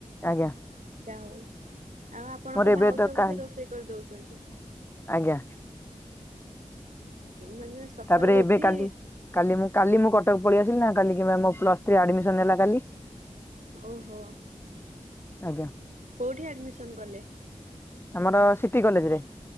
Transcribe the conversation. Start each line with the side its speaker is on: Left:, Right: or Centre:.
Left: ଆଜ୍ଞା।
Right: ଯା ହଉ ଆଉ ଆପଣଙ୍କ
Left: ମୋର ଏବେ
Right: ଭାଉଜ
Left: ତ କା
Right: ବୋଧେ ରୋଷେଇ କରିଦଉଚନ୍ତି?
Left: ଆଜ୍ଞା।
Right: ମାନେ ସକାଳୁ
Left: ତାପରେ ଏବେ
Right: ଉଠି
Left: କାଲି କାଲି ମୁଁ କାଲି ମୁଁ କଟକ ପଳେଇଆ ନା କାଲିକି ମାମ ପ୍ଲସ ଥ୍ରି ଆଡମିଶନ୍ ହେଲା କାଲି।
Right: ଓହୋ।
Left: ଆଜ୍ଞା।
Right: କୋଉଠି ଆଡମିସନ କଲେ?
Left: ଆମର ସିଟି କଲେଜ ରେ।